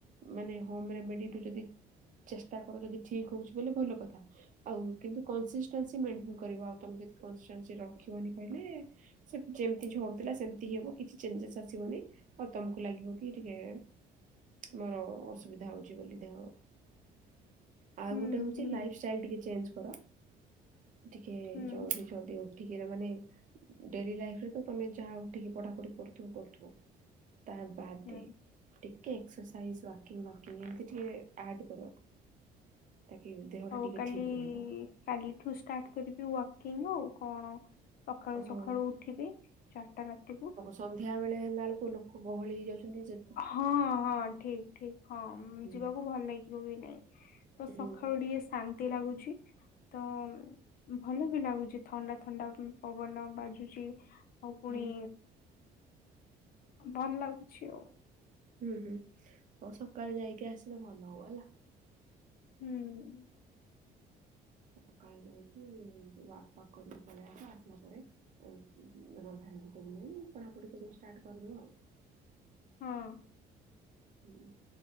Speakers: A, on the right; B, on the left.
A: ମାନେ ହୋମ୍ ରେମିଡ଼ି ତୁ ଯଦି ଚେଷ୍ଟା କର ଯଦି ଠିକ୍ ହୋଉଛି ତାହେଲେ ଭଲକଥା। ଆଉ କିନ୍ତୁ କନସିଟେନ୍ସି ମେଣ୍ଟେନ କରିବା। ତମେ ଯଦି କନସେନ୍ସ ରଖିବନି କହିଲେ ସେ ଯେମିତି ଝଡୁଥିଲା ସେମିତି ହି ହବ କିଛି ଚେଞ୍ଜେସ୍ ଆସିବନି ଆଉ ତମକୁ ଲାଗିବକି ଟିକେ ମୋର ଅସୁବିଧା ହଉଛି ବୋଲି ଦେହ। ଆଉ
B: ହୁଁ
A: ଗୋଟେ ହଉଛି
B: ହୁଁ
A: ଲାଇଫ୍ ଷ୍ଟାଇଲ ଟିକେ ଚେଞ୍ଜ କର। ଟିକେ
B: ହୁଁ
A: ଜଲଦି ଚନ୍ତି ଉଠିକି ଏରା ମାନେ ଡେରି ଲାଇଫ୍ ରେ ତ ତମେ ଯାହା ଉଠିକି ପଢ଼ା ପଢ଼ି କରୁ ତୁ କରଥିବୁ ତା ବାର୍
B: ହୁଁ
A: ଟିକେ ଏକ୍ସରସାଇଜ ୱାର୍କିଂ ୱାର୍କିଙ୍କ୍ ଏମିତି ଟିକେ ଆର୍ଟ କର। ତାକି ଦେହଟା
B: ହଉ
A: ଟିକେ
B: କାଲି
A: ଠିକ୍ ରହିବ।
B: କାଲିଠୁ ଷ୍ଟାର୍ଟ କରିବି ୱାକିଂ ଆଉ କଣ। ସକାଳୁ
A: ହଁ।
B: ସକାଳୁ ଉଠିବି ଚାରିଟା ରାତିିବୁ
A: ସନ୍ଧ୍ୟାବେଳେ ହେଲା ବେଳକୁ ଲୋକ ଗହଳି ହେଇଯାଉଛନ୍ତି ଜେ
B: ହଁ ହଁ ଠିକ୍ ଠିକ୍ ହଁ
A: ହୁଁ
B: ଯିବାକୁ ଭଲ ଲାଗିବ ବି ନାହିଁ। ତ ସକାଳୁ
A: ହୁଁ
B: ଟିକେ ଶାନ୍ତି ଲାଗୁଛି। ତ ଭଲ ବି ଲାଗୁଛି ଥଣ୍ଡା ଥଣ୍ଡା ପବନ ବାଜୁଛି। ଆଉ ପୁଣି
A: ହୁଁ
B: ଭଲ ଲାଗୁଛି ଆଉ।
A: ହୁଁ ହୁଁ ଆଉ ସକାଳେ ଯାଇକି ଆସିଲେ ଭଲ ହବ ହେଲା।
B: ହୁଁ।
A: ସକାଳେ ଯାଇକି ୱାକ୍ ଫକ୍ କରିକି ପଳେଇ ଆସ। ଆସିଲା ପରେ ର ଭାଙ୍ଗ କରିବେଣି ପଢ଼ା ପଢ଼ି କରିବା ଷ୍ଟାର୍ଟ କରିବା ଆଉ।
B: ହଁ।
A: ହୁଁ